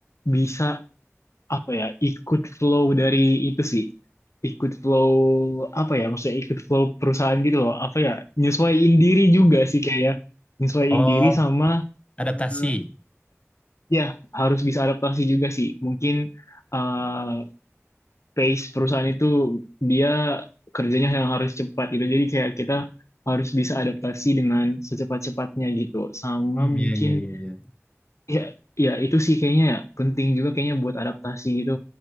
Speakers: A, on the left; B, on the left.
A: bisa apa ya, ikut flow dari itu sih. Ikut flow apa ya, maksudnya ikut flow perusahaan gitu loh. Apa ya, nyesuaiin diri juga sih kayaknya. Nyesuaiin
B: Oh,
A: diri sama
B: adaptasi.
A: eh, ya harus bisa adaptasi juga sih. Mungkin eh, pace perusahaan itu dia kerjanya yang harus cepat gitu. Jadi kayak kita harus bisa adaptasi dengan secepat-cepatnya gitu. Sama
B: Hmm,
A: mungkin
B: iya iya iya iya.
A: ya ya itu sih kayaknya ya, penting juga kayaknya buat adaptasi gitu.